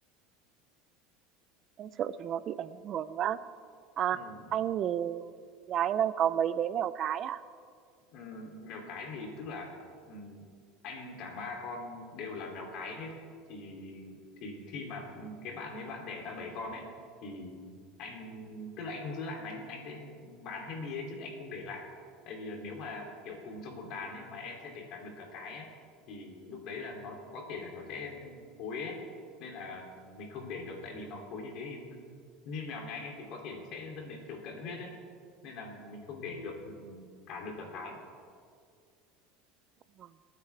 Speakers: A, on the right; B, on the left.
A: em sợ chúng nó bị ảnh hưởng quá à
B: ừ
A: anh thì nhà anh đang có mấy bé mèo cái ạ
B: Ừm, mèo cái thì tức là ừm, anh cả ba con đều là mèo cái hết thì thì khi mà ừm, cái bạn ấy bạn đẻ ra bảy con ấy thì anh tức là anh không giữ lại mà anh anh sẽ bán hết đi ấy chứ anh không để lại tại vì là nếu mà kiểu cùng trong một đàn ấy mà em sẽ để cả đực cả cái ấy thì lúc đấy là nó có thể là nó sẽ phối ấy nên là mình không để được tại vì nó phối như thế thì nó- như mèo nhà anh ấy thì có thể sẽ dẫn đến kiểu cận huyết ấy nên là mình không để được cả đực cả cái
A: Vâng.